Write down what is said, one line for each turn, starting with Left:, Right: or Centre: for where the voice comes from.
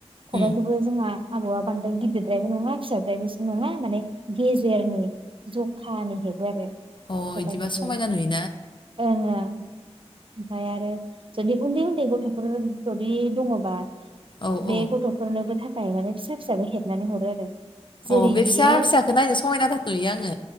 Left: उम
Right: खबायाइखौबो जोंहा आबौआ बांद्राय गिदिरद्रायबो नङा फिसाद्रायबोसो नङा माने गेजेरनि जखानि हेबो आरो
Left: अ
Right: खबाइखौबो
Left: इदिबा समायना नुयो
Right: ओं ओमफाय आरो जुदि उन्दै उन्दै गथ'फोर जुदि दङबा
Left: औ
Right: बे
Left: औ
Right: गथ'फोरनोबो थाखाय माने फिसा फिसाबो हेबनानै हरो आरो जेरै
Left: अ बे
Right: बियो
Left: फिसा फिसाखौ नायनो समायना थाथ'यो आङो